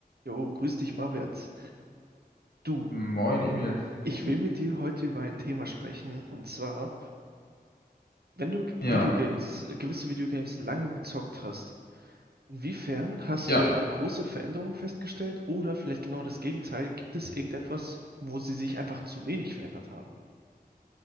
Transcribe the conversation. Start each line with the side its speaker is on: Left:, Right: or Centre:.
Right: Jo, grüß dich, Marwärts. Du,
Left: Moin, Emil.
Right: ich will mit dir heute über ein Thema sprechen, und zwar, wenn du
Left: Ja,
Right: Videogames, gewisse Videogames lange gezockt hast, inwiefern hast
Left: ja.
Right: du da große Veränderungen festgestellt oder vielleicht genau das Gegenteil? Gibt es irgendetwas, wo sie sich einfach zu wenig verändert haben?